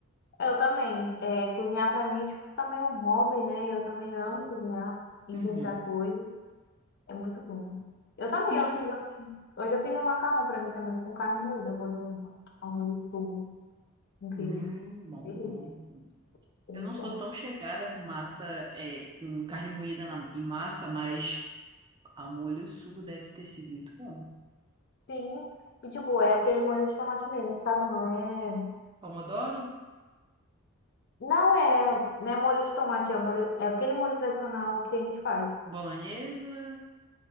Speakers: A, on the left; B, on the right.
A: Eu também. É, cozinhar pra mim é tipo também um hobby, né? Eu também amo cozinhar, inventar
B: Uhum.
A: coisas. É muito bom. Eu também,
B: E tu cust-
A: eu fiz. Hoje eu fiz um macarrão pra mim também com carne moída, molho, ao molho de fogo. um queijo.
B: Hum, bom,
A: Delícia.
B: bom, bom.
A: Muito
B: Eu não sou
A: bom.
B: tão chegada com massa, é, com carne moída na, em massa, mas ao molho o sugo deve ter sido muito bom.
A: Sim. E, tipo, é aquele molho de tomate mesmo, sabe? Não é...
B: Pomodoro,
A: Não é, não é molho de tomate, é, molho... é aquele molho tradicional que a gente faz.
B: bolonhesa.